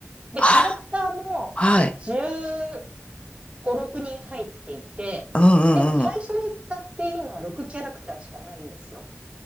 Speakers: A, on the right (about 25°); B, on the left (about 25°).
A: で、
B: あ、
A: キャラクターも15、
B: はい。
A: 6人入っていて、
B: うんうんうん。
A: でも最初に使っていいのは6キャラクターしかないんですよ。